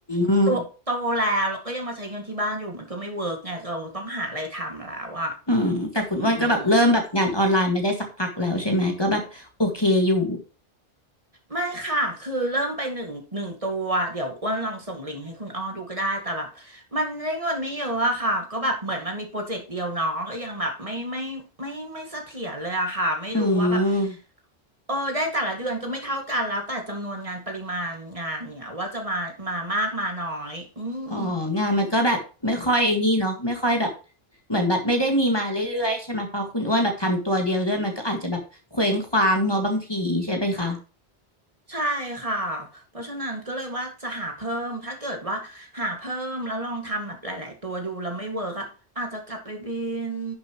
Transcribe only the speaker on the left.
ม
อืมแต่คุณอ้วนก็แบบเริ่มแบบงานออนไลน์ไม่ได้สักพักแล้วใช่ไหมก็แบบโอเคอยู่
อืม
อ๋องานมันก็แบบไม่ค่อยไอ้นี่เนาะไม่ค่อยแบบเหมือนแบบไม่ได้มีมาเรื่อยๆใช่ไหมเพราะคุณอ้วนแบบทำตัวเดียวด้วยมันก็อาจจะแบบเคว้งคว้างเนาะบางทีใช่ไหมคะ